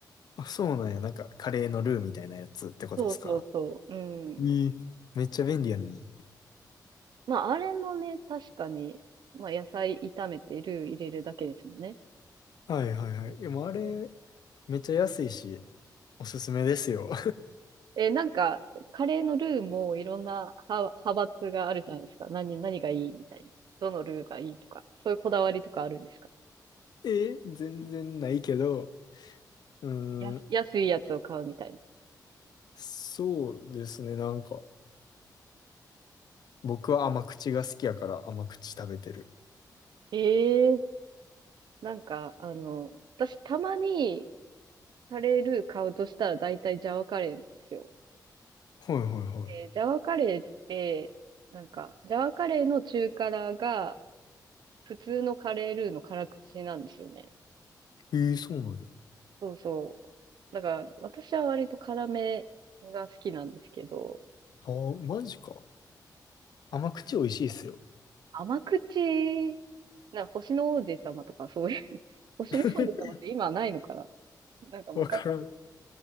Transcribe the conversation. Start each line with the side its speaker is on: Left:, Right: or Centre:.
Left: あ、そうなんや。なんか、カレーのルーみたいなやつってことですか。
Right: そうそうそう。うん。
Left: ええめっちゃ便利やのに。
Right: まあ、あれもね、確かに、まあ、野菜炒めてルー入れるだけですもんね。
Left: はいはいはい。でもあれ、
Right: うん
Left: めっちゃ安いし、おすすめですよ。
Right: え、なんか、カレーのルーもいろんな派、派閥があるじゃないですか。何、何がいいみたいな。どのルーがいいとか。そういうこだわりとかあるんですか
Left: え、全然ないけど、うーん、
Right: やす、安いやつを買うみたいな。
Left: そうですね、なんか、僕は甘口が好きやから甘口食べてる。
Right: ええなんか、あの、私たまにカレールー買うとしたら大体ジャワカレーなんですよ。
Left: はいはいは
Right: で、ジャワカレーって、なんか、ジャワカレーの中辛が普通のカレールーの辛口なんですよね。
Left: い。えー、そうなの
Right: そうそう。だから、私は割と辛めが好きなんですけど、
Left: ああマジか。甘口美味しいっすよ。
Right: 甘口、なんか星の王子様とかそういう <laughs> 星の王子様って今ないのかな
Left: <laughs>
Right: なんか昔
Left: わからん。